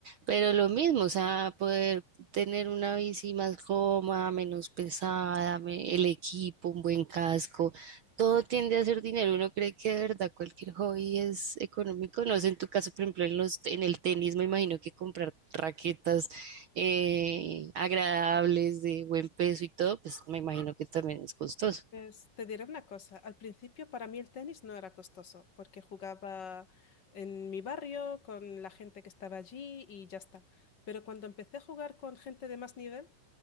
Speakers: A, on the right (about 75°); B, on the left (about 45°).
A: pero lo mismo, o sea, poder tener una bici más cómoda, menos pesada, me- el equipo, un buen casco, todo tiende a ser dinero. Uno cree que de verdad cualquier hobby es económico, no sé, en tu caso, por ejemplo, en los, en el tenis, me imagino que comprar raquetas eh, agradables, de buen peso y todo, pues me imagino que también es costoso.
B: Pues, te diré una cosa, al principio para mí el tenis no era costoso porque jugaba en mi barrio con la gente que estaba allí y ya está. Pero cuando empecé a jugar con gente de más nivel,